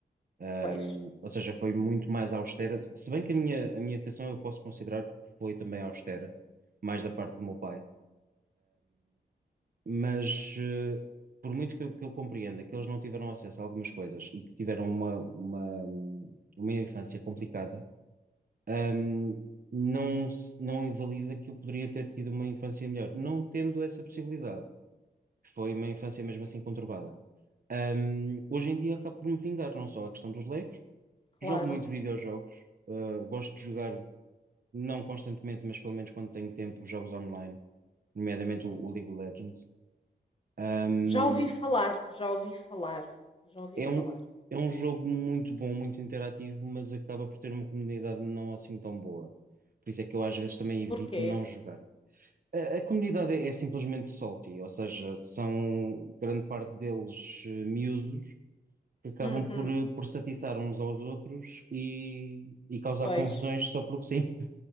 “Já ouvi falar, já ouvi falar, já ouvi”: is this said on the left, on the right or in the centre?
Left